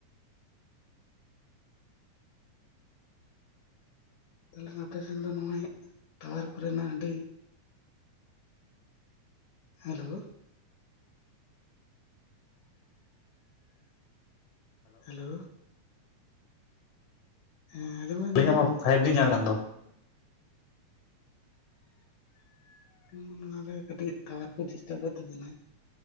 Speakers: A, on the left; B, on the left.
A: ᱛᱟᱦᱚᱞᱮ ᱟᱯᱮ ᱥᱮᱱ ᱫᱚ ᱱᱚᱜᱼᱚᱭ ᱴᱟᱣᱟᱨ ᱠᱚᱨᱮᱱᱟᱜ ᱟᱹᱰᱤ ᱦᱮᱞᱳ ᱦᱮᱞᱳ ᱦᱮᱸ ᱟᱸᱡᱚᱢ
B: ᱟᱹᱞᱤᱧᱟᱜ
A: ᱧᱟᱢ
B: ᱢᱟ
A: ᱮᱫᱟ
B: ᱯᱷᱟᱭᱤᱵ ᱡᱤ ᱧᱟᱢ ᱠᱟᱱ ᱫᱚ᱾
A: ᱩᱸᱻ ᱱᱚᱣᱟ ᱨᱮ ᱠᱟᱹᱴᱤᱡ ᱴᱟᱣᱟᱨ ᱠᱚ ᱰᱤᱥᱴᱟᱵᱮᱫ ᱛᱟᱵᱤᱱᱟᱭ ᱾